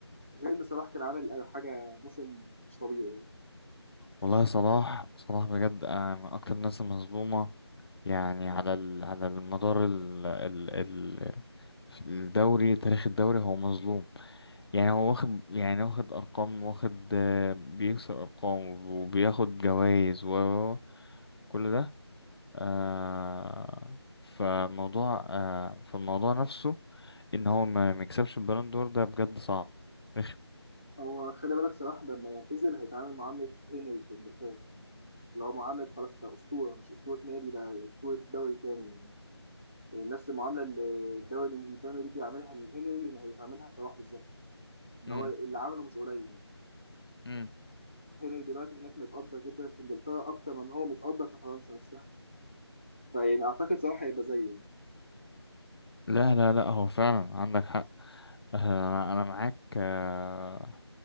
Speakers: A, on the left (about 25°); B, on the left (about 60°).
A: غير ان صلاح كان عامل حاجه موسم مش طبيعي يعني.
B: والله صلاح صلاح بجد آه، من اكتر الناس المظلومه يعني على ال... على المدار ال... ال... ال... الدوري تاريخ الدوري هو مظلوم يعني هو واخد يعني واخد ارقام واخد آه، بيكسر ارقام وبياخد جوائز وكل ده آه فموضوع آه فالموضوع نفسه ان هو ما ما يكسبش البالون دور ده بجد صعب رخم
A: هو خلي بالك صلاح لما يعتزل هيتعامل معامله هنري في انجلترا اللي هو معامله خلاص ده اسطوره مش اسطوره نادي ده اسطوره دوري كامل يعني يعني نفس المعامله اللي الدوري الانجليزي البريمير ليج بيعملها لهنري هيتعاملها صلاح بالظبط ان
B: امم
A: هو اللي عمله مش قليل يعني.
B: امم
A: هنري دلوقتي هناك متقدر جدا في انجلترا اكتر من هو متقدر في فرنسا نفسها فيعني اعتقد صلاح هيبقى زيه يعني.
B: لا لا لا هو فعلا عندك حق انا أنا معاك آه،